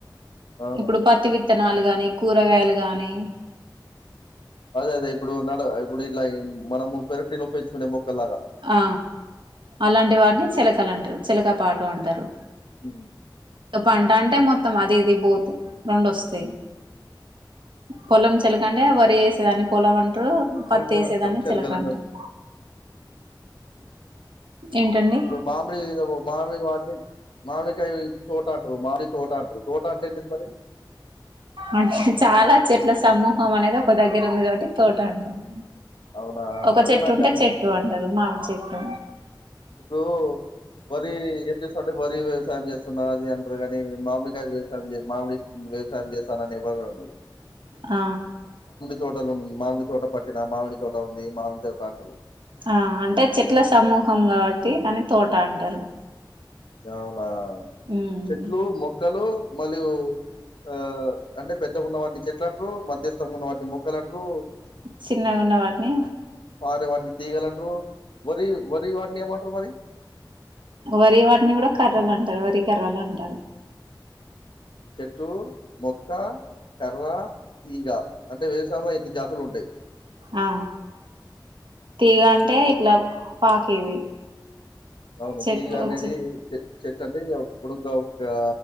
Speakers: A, on the left; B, on the right.
A: ఆహా!
B: ఇప్పుడు పత్తి విత్తనాలు గానీ కూరగాయలు గానీ
A: అదే అదే ఇప్పుడు నడ ఇప్పుడు ఇట్లా మనము పెరటిలో పెంచుకునే మొక్కల్లాగా
B: ఆ అలాంటి వటిని చేలకలంటరు చేలక పాటు అంటరు
A: హ్మ్.
B: ఇక పంట అంటే మొత్తం అది ఇది బోత్ రెండొస్తయి పొలం చిలక అంటే వరి వేసేదాన్ని పొలం అం ట్ర పత్తి
A: పంటల
B: వేసేదాన్ని
A: చిలకలంటారు
B: చిలక అంటారు ఏంటండి
A: ఇప్పుడు మామిడి మామీ వాటి మామిడికాయ తోటాంట్రారు మామిడి తోట అంట్రు తోట అంటేంటింది మరి
B: అంట చాలా చెట్ల సమూహం అనేది ఒక దగ్గర ఉంది కాబట్టి తోట అంటరు
A: అవునా
B: ఒక
A: అదే
B: చెట్టు
A: నాకు
B: ఉంటే
A: అను
B: చెట్టు అంటరు మామి చెట్టు
A: ఇప్పుడు వరి ఏం చేస్తుంటే వరి వ్యవసాయం చేస్తున్నా అది అంటారు కానీ మామిడికాయ వ్యవసాయం చే మామిడి వ్యవసాయం చేస్తానని ఎవరు అన్నారు
B: ఆ
A: తోటలు మామిడి తోట పట్టిన మామిడి తోట ఉంది మామిడి తోట అంటారు
B: ఆ అంటే చెట్ల సమూహం కాబట్టి దాని తోట అంటారు
A: అవునా
B: ఉమ్
A: చెట్లు మొక్కలు మరియు ఆ అంటే పెద్దగా ఉన్న వాటిని చెట్లు అంటారు మధ్యస్థంగా ఉన్న వాటిని మొక్కలంటారు
B: చిన్నగా ఉన్న వాటిని
A: వారే వాటిని తీయగలంటారు వరి వరి వాటిని ఏమంటారు మరి
B: వరి వాటిని కూడా కర్రలు అంటారు వరి కర్రలు అంటారు
A: చెట్టు మొక్క కర్ర తీగా అంటే వేేశాలలో ఇన్ని జాతులు ఉంటాయి
B: ఆ తీగ అంటే ఇట్లా పాకేది
A: అవును
B: చెట్టు
A: తీగ అనేది
B: వచ్చి
A: చె చెట్టు అండి పోడుగా వుం ఆ